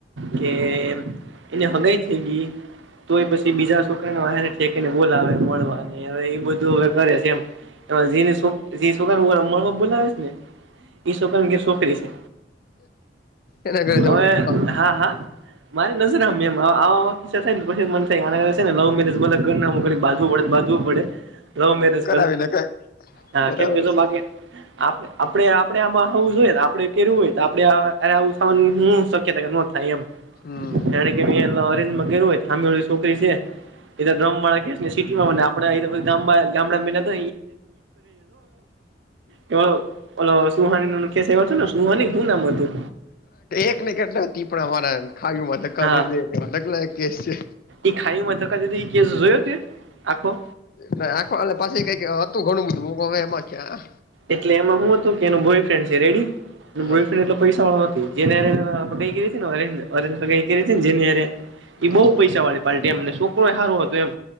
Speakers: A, on the right; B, on the left.
A: કે એને હગાઈ થઈ ગઈ તો એ પછી બીજા છોકરાને વાને ઠેકીને બોલાવે મળવાને હવે એ બધું હવે કરે છે એમ તો હજુ એ સોકરા નઈ મળવા બોલાવે છે ને ઈ શોકરા ના ઘરે છોકરી છે
B: એના ઘરે છોકરી
A: હવે હા હા મારે નજર હામે થાય ને પછી મન થાય આ <unintelligible> લવ મેરેજ ઘર બાજવું પડે પડે લવ મેરેજ
B: કરાવી ને કઈ
A: નાખય
B: બરાબર
A: એમ કે
B: છે
A: બાકી <unintelligible> આપડે આપડે આમાં હોવું જોઈએ આપડે કેવું હોય તો આપડે આવું હું શક્યતા કે ન થાય એમ.
B: હમ
A: જાણે કે એ અરેન્જમાં કર્યું હોય સામે ઓળી છોકરી છે. એ <unintelligible> ને સિટીમાંને આપડે ગ ગામડા એક <unintelligible> ઓલો સુહાની નું ખેસ એવો છે ને સુહાની શું નામ હતું.
B: એક ને કેટલા પીપડા વાળા ખાઈ માં ધકા
A: હા
B: દે ધકલા કેસ છે.
A: એ ખાઈમાં ધકા દીધું એ કેસ જોયો તે આખો?
B: ના આખો આલે પાછી કઈક હતું ઘણું બધું હું મે એમાં ક્યાં.
A: એટલે એમાં હું હતું કે એનું બોયફ્રેન્ડ છે રેડી
B: હા
A: બોયફ્રેન્ડ એટ પૈસા <unintelligible> કરી ને અરેન્જ અરેન્જ <unintelligible> કરી હતી જેની હારે એ
B: હમ
A: બહુ પૈસા વાળે પાર્ટી એમ ને છોકરો સારો હતો એમ